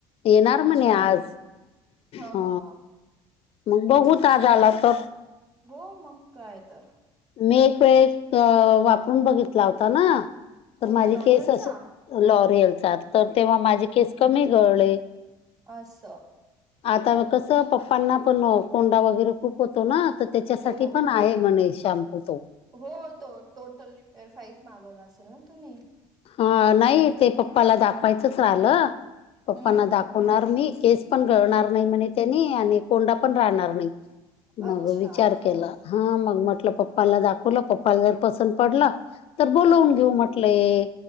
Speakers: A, on the left; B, on the right.
A: येणार
B: अच्छा
A: म्हणे आज
B: हा
A: ह
B: हा हा
A: मग बघु
B: ह
A: ताज आला तर
B: हो मग काय तर
A: मी एक वेळ वापरून बघितला होता ना तर
B: कोणता
A: माझी
B: लॉरियलचा
A: केस असे लॉरियलचा तर तेव्हा माझे केस कमी गळले
B: अस
A: आता कसं पप्पांना पण कोंडा वगैरे खूप होतो ना तर त्याच्यासाठी
B: हो
A: पण आहे म्हणे शॅम्पू तो
B: हो तो टोटल रिपेअर फाईव मागवला असेल ना तुम्ही?
A: हा नाही ते पप्पाला दाखवायचंच राहिलं पप्पांना
B: हम्म
A: दाख होणार मी केस पण गळणार नाही म्हण त्यानी आणि कोंडा पण राहणार नाही. मग
B: अच्छा
A: विचार केला हा मग म्हटलं पप्पाला दाखवलं पप्पाला जर पसंद पडला. तर बोलवून
B: हम्म
A: घेऊ म्हटलंय